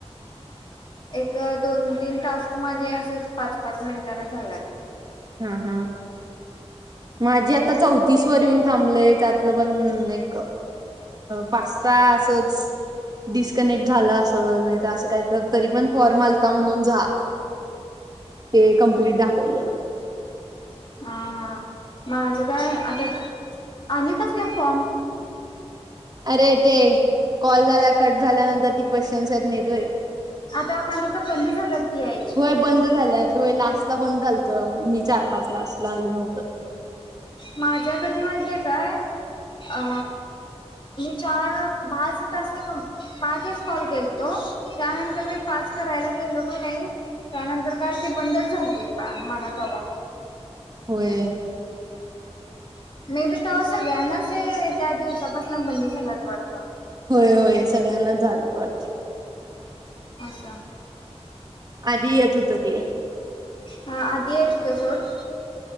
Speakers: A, on the left (about 45°); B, on the right (about 35°).
A: एक दोन तीन टास्क माझे असंच पाच पाच मिनटांन झाल्यात.
B: ह ह माझी आता चौतीस वर येऊन थांबलय त्यातलं पण एक पाच सहा असंच डिस्कनेक्ट झाला असंल नाई त असं काई तर तरी पण फॉर्म आल्ता म्हणून जा. ते कंप्लीट दाखवलं.
A: हा हा माझं काय आता, आणि कसलं फॉर्म.
B: अरे ते, कॉल झाला कट झाल्यानंतर ती क्वेश्चन्स आहेत नाहीत व्हय
A: आता मला त बंद झाला ते यायचे.
B: होय बंद झाल्यात व्हय लास्ट ला बंद झाल्तं, मी चार पाच लास्ट ला आलं नव्हतं.
A: माझ्या कधी माईतीये काय अ मी चार भाज तास हम पाचच कॉल केल्तो त्यानंतर मी पाच करायला गेलो का नई. त्यानंतर काय ते बंदच झालतीत बा मला तवा
B: होय.
A: मे बी तवा सगळ्यांनाच ए त्या दिवसापासून बंद झाल्यात वाटतं.
B: होय होय सगळ्यांनाच झाल्यात वाटतं.
A: असं आ
B: आधी येत होतं ते,
A: हा आधी येत होतं सोड